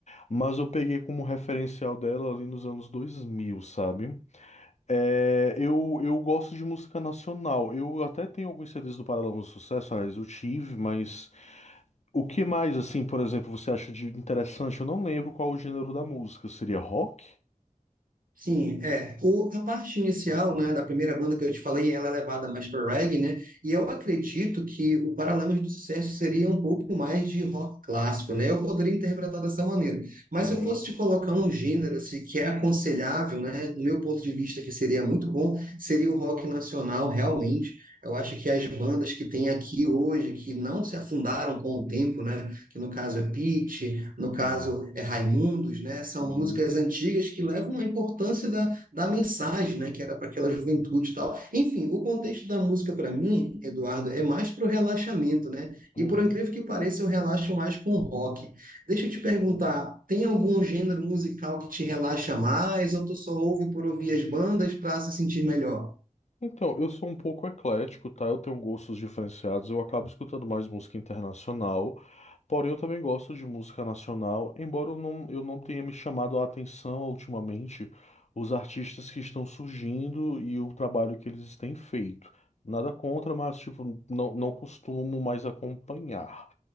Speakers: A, on the left; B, on the right.
A: mas eu peguei como referencial dela ali nos anos 2000, sabe? É, eu, eu gosto de música nacional, eu até tenho alguns CDs do Paralamas do Sucesso, aliás, eu tive, mas o que mais, assim, por exemplo, você acha de interessante? Eu não lembro qual o gênero da música, seria rock?
B: Sim, é. O, a parte inicial, né, da primeira banda que eu te falei, ela é levada mais para reggae, né? E eu acredito que o Paralamas do Sucesso seria um pouco mais de rock clássico, né? Eu poderia interpretar dessa maneira. Mas
A: Uhum,
B: se eu fosse te colocar um gênero assim, que é aconselhável, né, do meu ponto de vista, que seria muito bom, seria o rock nacional, realmente. Eu acho que as bandas que tem aqui hoje, que não se afundaram com o tempo, né? Que no caso é Pitty, no caso
A: sim.
B: é Raimundos, né? São
A: Uhum,
B: músicas antigas que levam a importância da, da mensagem, né? Que era para aquela juventude e tal. Enfim, o contexto da música para mim, Eduardo, é mais para o relaxamento, né? E
A: uhum.
B: por incrível que pareça, eu relaxo mais com rock. Deixa eu te perguntar, tem algum gênero musical que te relaxa mais ou tu só ouve por ouvir as bandas para se sentir melhor?
A: Então, eu sou um pouco eclético, tá? Eu tenho gostos diferenciados, eu acabo escutando mais música internacional, porém eu também gosto de música nacional, embora eu não, eu não tenha me chamado a atenção ultimamente os artistas que estão surgindo e o trabalho que eles têm feito. Nada contra, mas tipo, não, não costumo mais acompanhar.